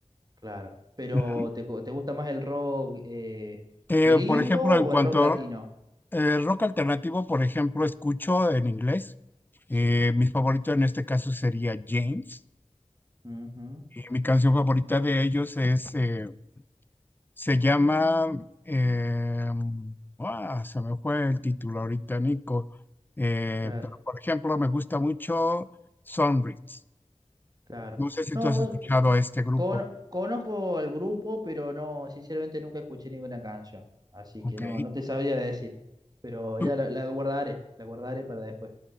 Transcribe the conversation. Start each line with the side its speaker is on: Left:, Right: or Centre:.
Right: claro. Pero
Left: Ujú.
Right: ¿te, gu- te gusta más el rock eh,
Left: Eh,
Right: gringo
Left: por ejemplo, en
Right: o
Left: cuanto
Right: el rock latino?
Left: a eh, rock alternativo, por ejemplo, escucho en inglés. Eh,
Right: Sí.
Left: mi favorito en este caso sería James.
Right: ujú,
Left: Mi canción favorita de ellos es, eh, se llama, eh, ah, se me fue el título ahorita, Nico, Eh,
Right: claro.
Left: pero por ejemplo me gusta mucho Sunrise.
Right: Claro.
Left: No sé si
Right: No,
Left: tú has
Right: vos-
Left: escuchado
Right: eh,
Left: a este grupo.
Right: cono- conozco el grupo, pero no, sinceramente nunca escuché ninguna canción. Así
Left: Ok.
Right: que no, no te sabría decir. Pero
Left: ¿Tú?
Right: ya la, la guardaré, la guardaré para después.